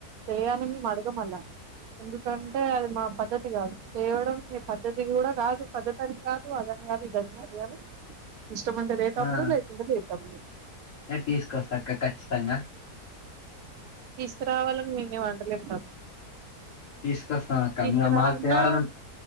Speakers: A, on the right; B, on the left.
A: తేయాలని మేము అడగం అలా ఎందుకంటే అది మా పద్ధతి కాదు తేవడం మీ పద్ధతి కూడా కాదు పద్ధతి అని కాదు నువ్వు అదనికాదు ఇదనికాదు గాని ఇష్టంముంటె తే తమ్ముడు
B: ఆ
A: లేకుంటె లేదు తమ్ముడు
B: తీసుకొస్తా అక్క ఖచ్చితంగా
A: తీసుకురావాలని మీమెం వంటలేము తమ్ముడు
B: తీసుకొస్తాం అక్క
A: తీసుకురాకున్నా
B: మాకు తేవాలని ఉంట